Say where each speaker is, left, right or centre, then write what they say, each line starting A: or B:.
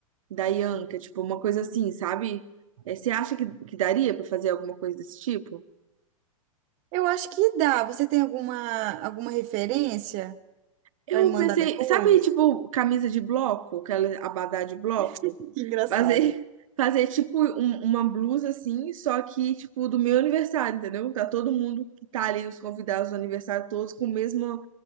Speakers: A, on the right; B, on the right.
A: da Ianca, tipo, uma coisa assim, sabe? Eh, Você acha que, que daria pra fazer alguma coisa desse tipo?
B: Eu acho que dá. Você tem alguma, alguma referência
A: Eu
B: pra me mandar
A: pensei,
B: depois?
A: sabe, tipo, camisa de bloco, aquela abadá de bloco?
B: <laughs> Que engraçado.
A: Fazer, fazer tipo um- uma blusa assim, só que tipo do meu aniversário, entendeu? Tá todo mundo que tá ali, os convidados do aniversário, todos com o mesmo.